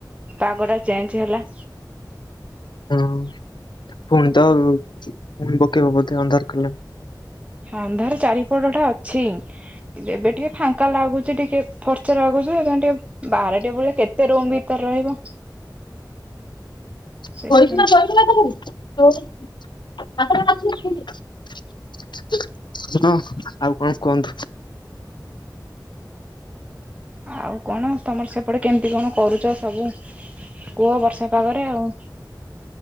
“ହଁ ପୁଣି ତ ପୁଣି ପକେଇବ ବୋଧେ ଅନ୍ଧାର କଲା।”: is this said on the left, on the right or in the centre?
Left